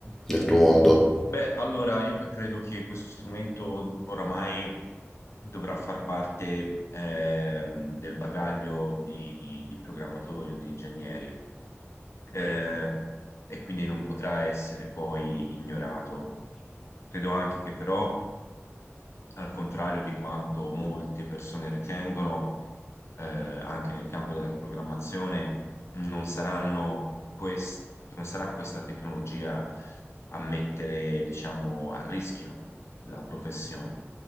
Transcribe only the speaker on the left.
Beh, allora io credo che questo strumento oramai dovrà far parte ehm, del bagaglio di, di- di programmatori o di ingegneri. eh, e quindi non potrà essere poi ignorato. Credo anche che però al contrario di quanto molte persone ritengono, eh, anche nel campo della programmazione, non saranno quest- non sarà questa tecnologia a mettere, diciamo, a rischio la professione.